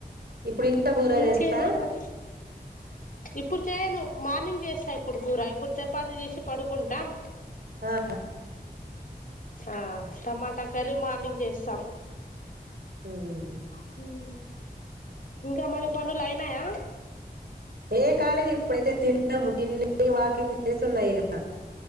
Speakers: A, on the right; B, on the left.
A: ఇప్పుడు ఇంకా కూర
B: ఇంకేంది
A: చేస్తారా
B: మరి ఇప్పుడు చేయను మార్నింగ్ చేస్తా ఇప్పుడు కూర ఇప్పుడు చపాతి చేసి పడుకుంటాం
A: ఆ
B: ఆ టమాటా క కర్రీ మార్నింగ్ చేస్తాం
A: హ్మ్
B: హ్మ్ ఇంకా మరి పనులు అయినాయా
A: ఏ కాలేది ఇప్పుడైతే తిన్నాము తిన్ని వాకింగ్ చేస్తున్నాయిగ